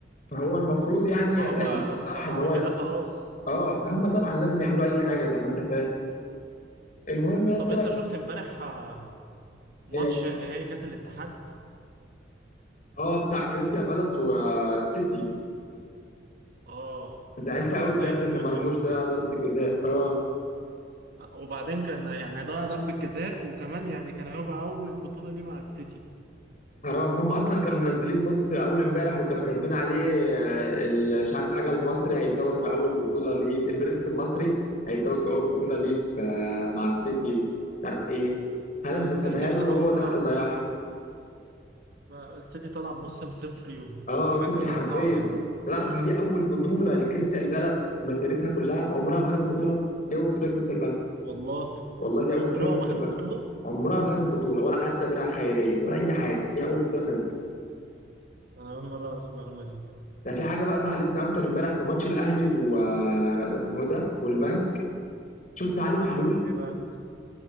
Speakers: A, on the left; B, on the right.
A: فهو المفروض يعني
B: ما هو
A: الصح
B: طب
A: ان
B: ما هو
A: هو
B: كده خلاص
A: اه هم طبعا لازم يعملوا اي حاجه زي ما انت فاهم المهم يا اسطى
B: طب انت شفت امبارح آه، ماتش
A: ايه
B: نهائي كاس الاتحاد
A: اه بتاع كريستيال بالاس والسيتي
B: اه
A: زعلت
B: والله
A: قوي
B: انا اتضايقت
A: بجد ان
B: موت
A: مرموش
B: يا اسطى
A: ضيع
B: كنت
A: ضربه الجزاء اه
B: وبعدين كان يعني هيضيع ضربة جزاء وكمان يعني كان هيبقى اول بطولة ليه مع السيتي
A: حرام هم اصلا كانوا منزلين بوست اول امبارح وكانوا كاتبين عليه آه، ال- مش عارف حاجه المصري هيتوج باول بطوله ليه البرنس المصري هيتوج باول بطوله ليه في- آه، مع السيتي مش عارف ايه هالاند
B: السيتي
A: سابها
B: بصراحة
A: له وهو
B: طلع
A: دخل
B: ب-
A: ضيعها
B: ب- السيتي طلع بموسم صفري
A: اه
B: وحاجة
A: صفري حرفيا
B: صعبة يعني
A: تعرف ان دي اول بطوله
B: ف-
A: لكريستال بالاس في مسيرتها كلها عمرها ما خدت بطوله دي اول بطوله لكريستال بالاس
B: والله
A: والله دي اول
B: عمره
A: بطوله لكريستال
B: ما خد
A: بالاس
B: البطولة
A: عمرها ما خدت بطوله ولا حتى درع خيريه ولا اي حاجه دي اول بطوله خدتها
B: انا اول مرة اعرف المعلومة دي
A: ده في حاجه بقى زعلتنا اكتر
B: <laughs>
A: امبارح في ماتش الاهلي و آه، اسمه إيه ده والبنك شفت علي معلول
B: ايه بقى